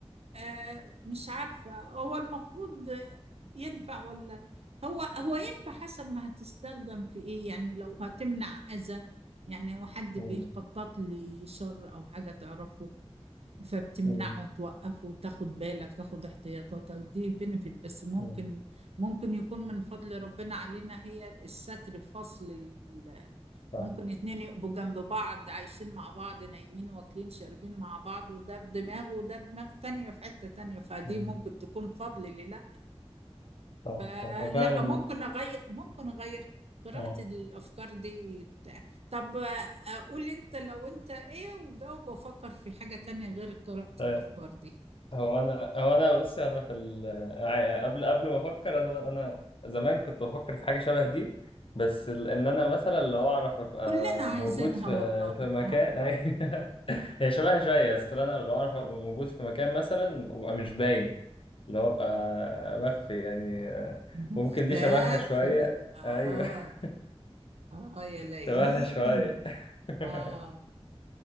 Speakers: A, on the right; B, on the left.
A: آه، مش عارفة هو المفروض آه، ينفع ولا هو هو ينفع حسب ما هتستخدم في ايه يعني لو هتمنع اذى يعني هو حد
B: مم.
A: بيخطط لي شر او حاجة تعرفه فبتمنعه
B: مم.
A: توقفه تاخد بالك تاخد احتياطاتك دي بنفيت بس ممكن
B: مم.
A: ممكن يكون من فضل ربنا علينا هي الستر فصل ال...
B: صح
A: ممكن اتنين يبقوا جنب بعض عايشين مع بعض نايمين واكلين شاربين مع بعض وده بدماغه وده دماغ تانية في حتة تانية فدي
B: مم.
A: ممكن تكون فضل لله
B: صح
A: فلا
B: صح وفعلا
A: ممكن اغير ممكن اغير قراءة
B: اه
A: الافكار دي بتاع طب آه، قول لي انت لو انت ايه وجاوب وافكر في حاجة تانية غير قراءة
B: آه.
A: الافكار دي
B: هو انا هو انا بص انا في ال... ع- قبل قبل ما افكر انا انا زمان كنت بفكر في حاجه شبه دي بس ال... ان انا مثلا لو اعرف ابقى
A: كلنا عايزينها
B: موجود في
A: والله
B: في مكان
A: اه
B: <laughs> هي شبهها شويه بس انا لو اعرف ابقى موجود في مكان مثلا وابقى مش باين اللي هو ابقى مخفي يعني
A: مختفي
B: ممكن دي شبهها شويه
A: اه
B: ايوه <laughs>
A: اه يا لئيم
B: شبهها شويه <laughs>
A: اه